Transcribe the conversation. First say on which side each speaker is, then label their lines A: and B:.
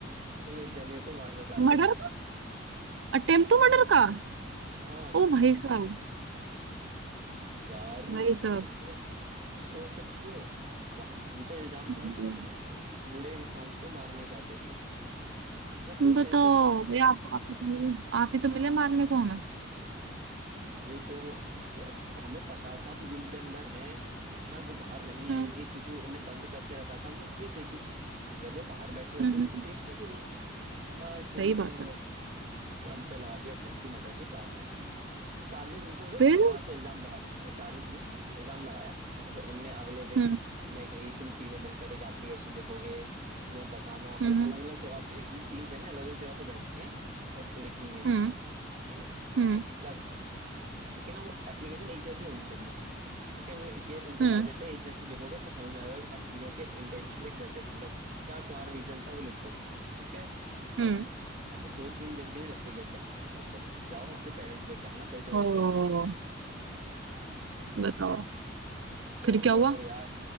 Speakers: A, on the right; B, on the right.
A: कि तुम एक जने को मारना चाहते
B: मर्डर
A: थे
B: का अटेम्प्ट टू मर्डर का
A: आ,
B: ओ भाई साहब
A: यार
B: भाई
A: तुम
B: साहब
A: सोच तुम सोच सकती हो हम हम पे इल्जाम
B: हम्म,
A: था कि तुम एक बूढ़े इंसान को मारना चाहते थे मतलब कोई
B: बताओ
A: सेंसेस मत का
B: भाई आप आप ही तो मिले आप ही तो मिले मारने को हमें
A: <laughs> वही तो है, ठीक है नहीं, हमें पता था वो रूम के अंदर है है ना वो बाहर नहीं
B: हम्म
A: आएंगे क्योंकि उन्हें बंद करके रखा था हमने इसलिए फेंकी अगर वो बाहर बैठे होते
B: हम्म हम्म,
A: तो हम तो
B: हम्म।
A: फेंकते भी नहीं बट उनने
B: सही बात है
A: उनने हम पे लगा दिया अटेम्प्ट टू मर्डर के चार्जेस मतलब चार्जेस नहीं से मतलब
B: फिर
A: कहाँ से इल्जाम लगाया अरे चार्जेस नहीं इल्जाम लगाया तो फिर उनने अगले दिन
B: हम्म
A: उनने कही तुम तीनों मिलकर एक एप्लीकेशन लिखोगे तीनों बताना अलग
B: हम्म
A: अलग जगह पे हम तीन जने अलग अलग जगह पे बैठे हैं और लिखनी है
B: हम्म
A: ठीक है
B: हम्म
A: प्लस लेकिन ना वो एप्लीकेशन एक जैसी होनी चाहिए लेकिन मैं- ये इनका
B: हम्म
A: टारगेट
B: हम्म
A: था एक जैसी लिखोगे तो समझ में आएगा कि हाँ तीनों के इंटेंशन लाइक वैसे थे मतलब क्या तुम्हारा रीजन था वो लिख दो ठीक है प्लस
B: हम्म।
A: हमें दो तीन दिन के लिए रस्टिकेट कर दिया हॉस्टल से कि जाओ अपने पेरेंट्स लेके आना तभी तुम्हें
B: ओ
A: एंट्री मिलेगी
B: बताओ
A: प्रॉपर
B: फिर क्या हुआ
A: यार